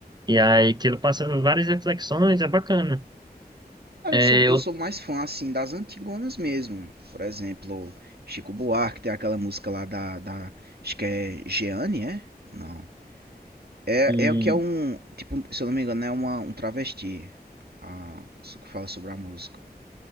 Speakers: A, on the right; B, on the right.
A: E aí que ele passa por várias reflexões, é bacana.
B: Cara,
A: É,
B: eu sou, eu
A: eu
B: sou mais fã, assim, das antigonas mesmo. Por exemplo, Chico Buarque tem aquela música lá da, da acho que é Jeane, é? Não. É,
A: hum,
B: é o que é um, tipo, se eu não me engano, é uma, um travesti. Ah, isso que fala sobre a música.